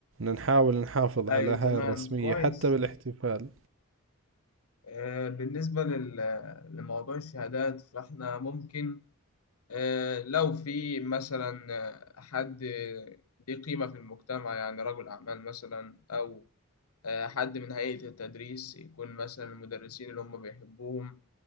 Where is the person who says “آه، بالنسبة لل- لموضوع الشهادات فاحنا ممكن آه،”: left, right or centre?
Left